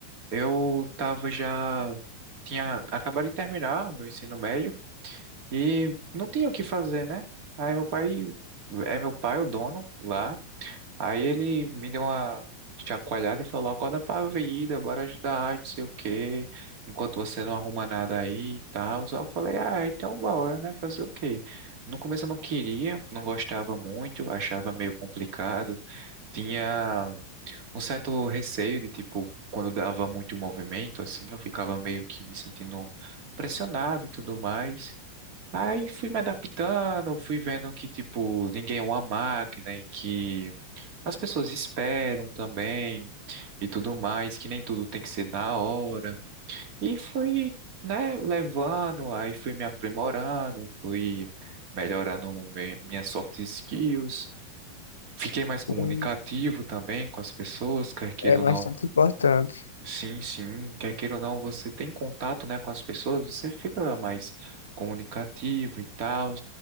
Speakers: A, on the right (about 45°); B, on the left (about 70°).
A: eu tava já. Tinha acabado de terminar o meu ensino médio e não tinha o que fazer, né? Aí, meu pai. É meu pai o dono lá. Aí ele me deu uma chacoalhada e falou: Acorda pra vida, bora ajudar, não sei o quê, enquanto você não arruma nada aí e tal. Só eu falei: Ah, então bora, né? Fazer o quê? No começo eu não queria, não gostava muito, achava meio complicado, tinha um certo receio de tipo, quando dava muito movimento, assim, eu ficava meio que me sentindo pressionado e tudo mais. Aí fui me adaptando, fui vendo que, tipo, ninguém é uma máquina e que. As pessoas esperam também e tudo mais, que nem tudo tem que ser na hora. E fui, né, levando, aí fui me aprimorando, fui melhorando mi- minhas soft skills. Fiquei mais comunicativo
B: Hum.
A: também com as pessoas, quer queira
B: É
A: ou
B: bastante
A: não.
B: importante.
A: Sim, sim, quer queira ou não, você tem contato, né, com as pessoas, você fica mais comunicativo e tal.